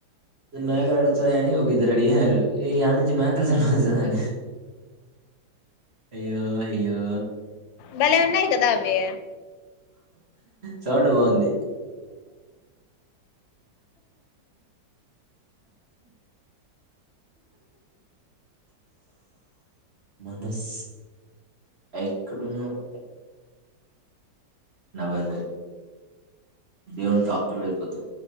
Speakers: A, on the right; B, on the left.
A: మేకలు ఏడ వాతనాయని అని ఒక ఇద్దరు అడిగారు ఈడ నుంచి మేకలు చచ్చని అయ్యో అయ్యో
B: భలే ఉన్నాయి కదా అవ్వి
A: సౌండ్ బాగుంది మనస్ ఎక్కడ ఉన్నావు నవదే దేవున్ టాప్తు వైపోతో